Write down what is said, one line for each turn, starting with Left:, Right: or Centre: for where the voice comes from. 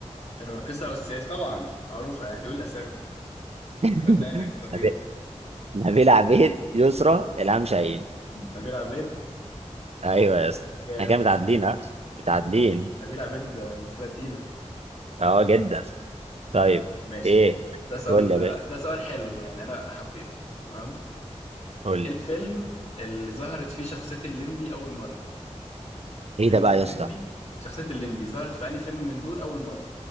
Left: الراقصة والسياسي طبعا معروفة يعني قول أسامي
Right: <laughs>
Left: فنانة قديرة
Right: نبيل نبيلة عبيد يسرى إلهام شاهين
Left: نبيلة عبيد
Right: ايوه يا اسطى
Left: جامد
Right: احنا كده متعادلين ها متعادلين
Left: نبيلة عبيد ممثلة تقيلة
Right: اه جدا طيب
Left: ماشي
Right: ايه
Left: ده سؤال
Right: قول لي يا باشا
Left: ده سؤال حلو يعني انا حبيته تمام
Right: قول لي
Left: ايه الفيلم اللي ظهرت فيه شخصية الليمبي اول مرة فيلم
Right: ايه ده بقى يا
Left: الليمبي
Right: اسطى
Left: شخصية الليمبي ظهرت في أي فيلم من دول اول مرة